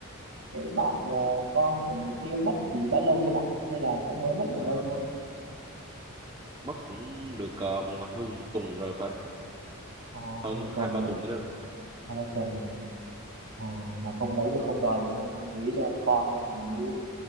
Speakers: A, on the right; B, on the right.
A: cái bạn ờ, con của người kia mất thì đã lâu chưa bạn hay là cũng mới mất gần
B: Ờ,
A: đây thôi
B: mất cũng được ờ, hơn tuần rồi phải
A: ờ,
B: hơn
A: hơn một tuần
B: hai ba
A: rồi
B: tuần nữa rồi
A: hai ba tuần rồi ờ, mà không lấy được không đòi được không lý cho con nên là mới